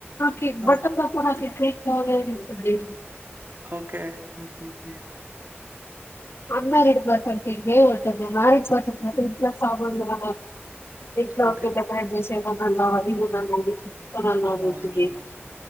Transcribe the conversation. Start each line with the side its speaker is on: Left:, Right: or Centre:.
Left: కేక్
Right: ఆ!
Left: బట్టన్ కొనాలంటే ఉంటుంద్ది
Right: ఓకే ఉహు
Left: అన్న రెడ్ బస్ అంత పో అదే సాధిర ఇట్లా సాందిద ఎట్లో
Right: ఓకే.
Left: ఒక డిఫరెంట్ చెన్ <unintelligible> అనేది అన్నా తెలిసింది
Right: అవునా! అవునా!